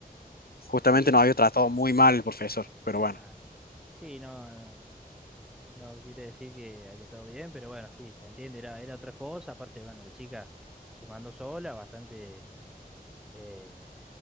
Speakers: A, on the left; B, in the centre.
A: justamente
B: Sí,
A: nos
B: bu-
A: había tratado muy mal el profesor, pero bueno.
B: claro. Sí, no, no, no quiere decir que haya estado bien, pero bueno, sí, se entiende, era, era otra cosa. Aparte, bueno, la chica se mandó sola, bastante eh,